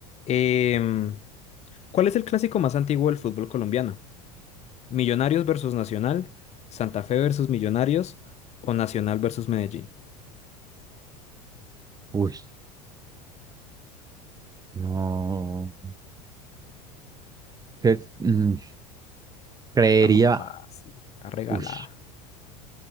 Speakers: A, on the left; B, on the right.
A: em, ¿cuál es el clásico más antiguo del fútbol colombiano? ¿Millonarios versus Nacional? ¿Santa Fe versus Millonarios? ¿O Nacional versus Medellín?
B: Uy, no. Que- mm, creería.
A: Está muy fácil. Está regalada.
B: Uy,